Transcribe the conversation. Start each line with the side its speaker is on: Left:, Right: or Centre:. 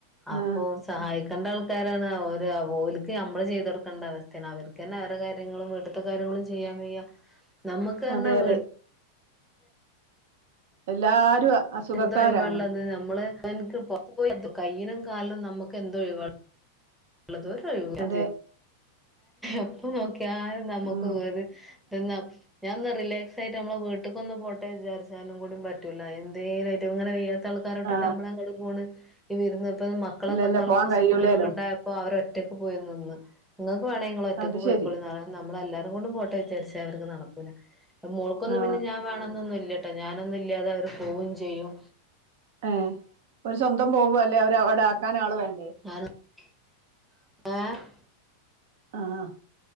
Centre: അപ്പോ
Right: ആ
Centre: സഹായിക്കേണ്ട ആൾക്കാരാണ് അവര് ഓര്ക്ക് നമ്മള് ചെയ്ത് കൊടുക്കേണ്ട അവസ്ഥാണ് അവർക്കന്നെ അവരെ കാര്യങ്ങളും വീട് ത്തെ കാര്യങ്ങളും ചെയ്യാൻ വയ്യ നമ്മക്ക് പറഞ്ഞാ
Right: അതെ അതെ
Centre: വീട്ടില്
Right: എല്ലാരും അ അസുഖക്കാരാണ്
Centre: എന്ത്‌ ഒഴിവാ ഇള്ളത് നമ്മള് <unintelligible> കയ്യ്നും, കാൽനും നമ്മക്ക് എന്തോ ഒഴിവാ <unintelligible>
Right: അതെ
Centre: എപ്പൊ നോക്കിയാലും നമ്മക്ക്
Right: ഉം
Centre: <unintelligible> തിന്ന ഞാൻ ഒന്ന് റിലാക്സ് ആയിട്ട് നമ്മളെ വീട്ട്കോന്ന് പോട്ടെ വിചാരിച്ചാലും കൂടി പറ്റൂല്ല എന്തേലും അയ്റ്റ് ഇങ്ങനെ വയ്യ ത്താൾ ക്കാരോട്ടിട്ട്
Right: ആ
Centre: നമ്മളങ്ങട് പോണ് ഈ വിരുന്ന് ഇപ്പ മക്കളൊക്കെന്നാള്
Right: ഇല്ലല്ല പോവാൻ കഴിയൂലേലോ
Centre: സ്കൂള് ഒഴിവ്ണ്ടായ പ്പൊ അവരൊറ്റക്ക് പോയി നിന്ന് ഇങ്ങക്ക് വേണെങ്കി ഇങ്ങള് ഒറ്റക്ക്
Right: അത്
Centre: പോയിക്കോളീന്ന്
Right: ശരി
Centre: <unintelligible> നമ്മളെല്ലാരും കൂടെ പോട്ടെ വിചാരിച്ചാ അവർക്ക് നടക്കൂല മോൾക്കൊന്നും
Right: ആ
Centre: പിന്നെ ഞാ ഞാൻ വേണന്നൊന്നും ഇല്ലട്ടോ ഞാനൊന്നും ഇല്ലാതെ അവര് പോകും ചെയ്യും
Right: ഏഹ് ഓര് സ്വന്തം പോവോ അല്ലേ അവര് അവിടെ ആക്കാന് ആള് വേണ്ടേ?
Centre: <unintelligible>
Right: ആഹ്